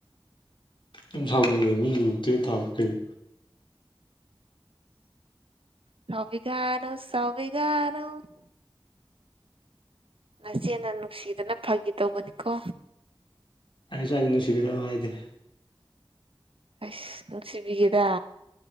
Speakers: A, on the left; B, on the right.
A: ꯌꯁꯥꯡꯗꯨ ꯂꯩꯕ ꯌꯦꯇꯦ ꯇꯥꯕ ꯀꯩ
B: ꯁꯧꯕꯤꯒꯅꯨ ꯁꯧꯕꯤꯒꯅꯨ ꯅꯆꯦꯅ ꯅꯨꯡꯁꯤꯗꯅ ꯐꯒꯤ ꯇꯧꯕꯅꯤꯀꯣ
A: ꯑꯩ ꯁ꯭ꯋꯥꯏꯗ ꯅꯨꯡꯁꯤꯕꯤꯒ ꯅꯨ ꯍꯥꯏꯗꯦ
B: ꯑꯁ ꯅꯨꯡꯁꯤꯕꯤꯒꯦꯗ